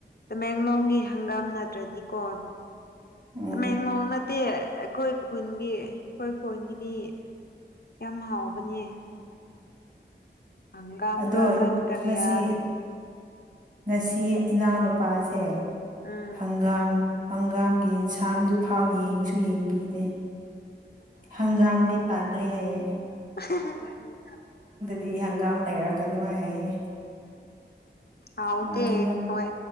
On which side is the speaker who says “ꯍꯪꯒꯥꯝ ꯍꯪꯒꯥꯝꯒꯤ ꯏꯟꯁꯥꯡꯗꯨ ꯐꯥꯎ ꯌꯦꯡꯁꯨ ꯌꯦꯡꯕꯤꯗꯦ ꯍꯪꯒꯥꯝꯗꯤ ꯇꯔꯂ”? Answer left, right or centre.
Right